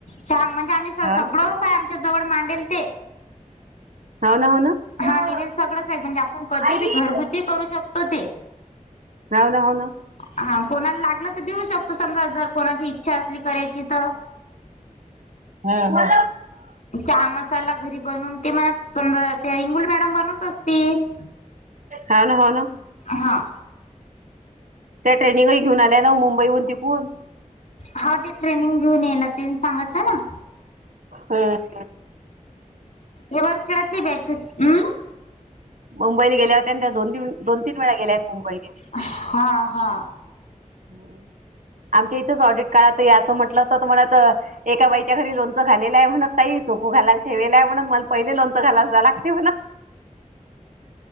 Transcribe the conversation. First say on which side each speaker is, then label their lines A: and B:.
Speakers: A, on the left; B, on the right.
A: छान म्हणजे, आम्ही सगळंच.
B: हा
A: फक्तं आमच्या जवळ मांडेल ते.
B: हो ना, हो ना.
A: हा
B: अं,
A: लिवेल सगळंच आहे म्हणजे, आपण कधी
B: आई
A: बी घरगुती करू शकतो ते.
B: हाव ना, हो ना.
A: हा कोणाला लागल तर देऊ शकतो, समजा जर कोणाची इच्छा असली. करायची तर,
B: हा हा.
A: चहा मसाला घरी बनून ते, मला समजा ते इंगुल मॅडम बनवतात. तीन
B: हाव ना, हो ना.
A: हां..
B: त्या ट्रेनिंगही घेऊन आल्या, ना मुंबईहून तिकून.
A: हा ते ट्रेनिंग घेऊन येला, तेन सांगटलं ना.
B: हो..
A: एव खेळातली बॅच होती. हम्..
B: मुंबईली गेल्या होत्या त्या‌ दोन, दोन तीन वेळा गेल्या आहेत मुंबईले.
A: हा हा
B: हो. आमच्या इथंच ऑडिट काढाचं याचं म्हटलं असतं तुम्हाला तर एका बाईच्या घरी लोणचं खालेलं आहे. म्हण ताई सुखू घालायला ठेवलंय म्हणून, मला पहिले लोणचं घालायला लागते म्हण.